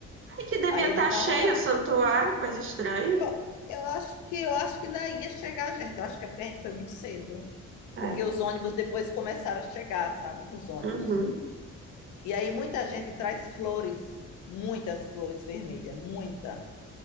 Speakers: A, on the right; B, on the left.
A: Ai, que devia
B: Aí
A: estar
B: ele estava
A: cheio
B: lá.
A: o santuário, coisa estranha.
B: Eu, eu acho que eu acho que ainda ia chegar gente. Eu acho que a gente foi muito cedo,
A: É.
B: porque os ônibus depois começaram a chegar, sabe? Os ônibus.
A: Uhum.
B: E aí muita gente traz flores, muitas flores vermelhas, muita.